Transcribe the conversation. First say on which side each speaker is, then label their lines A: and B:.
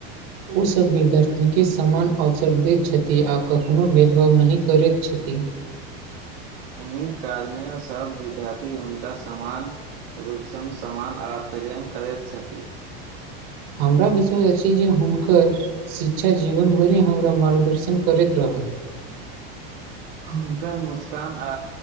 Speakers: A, on the right; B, on the right.
A: ओसभ विद्यार्थी के समान अवसर दैत छथि आ कखनो भेदभाव नहि करैत छथिन ती
B: एहि कारणे सब विद्यार्थी हूनका समान रूपसन समान आ प्रेम करैत छथि
A: हमरा विश्वष अछि जे हुनकर शिक्षा जीवन भरि हमरा मार्गदर्शन करैत रह <inaudible>
B: <inaudible> हुनकर मुस्कान आ